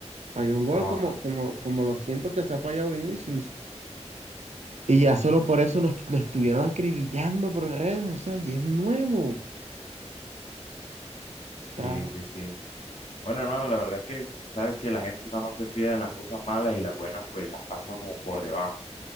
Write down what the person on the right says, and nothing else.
Falló un gol
como,
como, como lo siento que se ha fallado Vinicius. Y ya solo por eso los, los estuvieron acribillando por redes, o sea, y es nuevo.
O sea,